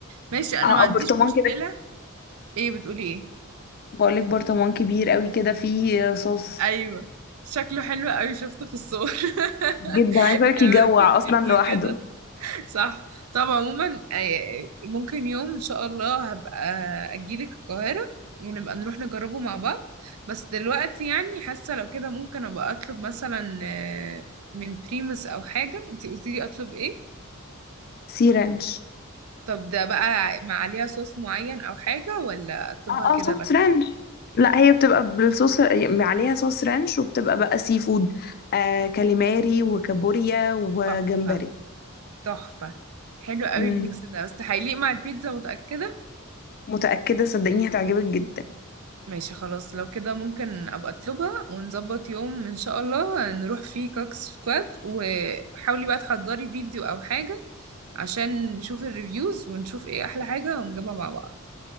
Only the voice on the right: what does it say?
ماشي انا
ما عنديش
مشكلة
ايه بتقولي ايه
ايوه شكله حلو قوي شفته في الصور <laughs>
بيعملوا
في الفيديو
كده صح طب عموما آه، ممكن يوم ان شاء الله هبقى اجيلك القاهرة ونبقى نروح نجربه مع بعض بس دلوقتي يعني حاسة لو كده ممكن ابقى اطلب مثلا آه، من بريمس او حاجة انتي قلتيلي اطلب ايه
طب ده بقى مع عليها صوص معين او حاجة ولا اطلبها
كده
بس
تحفة تحفة حلو قوي
الميكس ده بس هيليق مع البيتزا متأكدة
ماشي خلاص لو كده ممكن ابقى اطلبها ونظبط يوم ان شاء الله نروح فيه كاك سكواد وحاولي بقى تحضري فيديو او حاجة عشان نشوف الريفيوز ونشوف ايه احلى حاجة ونجيبها مع بعض